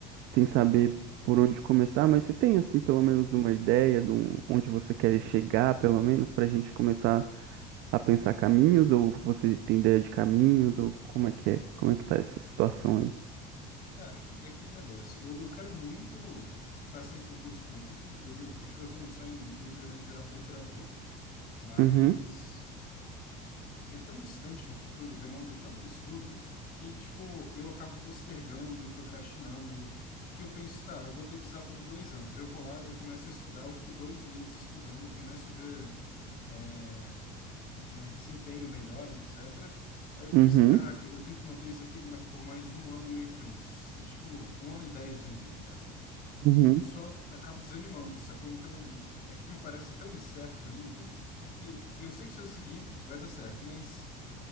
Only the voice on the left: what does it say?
Cara, é aquele negócio. Eu, eu quero muito passar em concurso público. Eu, eu, tipo, eu tenho um sonho muito grande de virar um procurador, mas
é tão distante no futuro, demanda tanto estudo, que, tipo, eu acabo postergando e procrastinando. Porque eu penso, tá, eu vou ter que usar por dois anos. Eu vou lá, eu começo a estudar, eu fico dois meses estudando, eu começo a ver é, é, desempenho melhor, etc. Aí eu pensei,
caraca, eu tenho que manter isso aqui ma- por mais um ano e oito meses. Tipo, um ano e dez meses, no caso.
E eu só acabo desanimando, sacou? Então, é que me parece tão incerto ainda, que eu sei que se eu seguir, vai dar certo, mas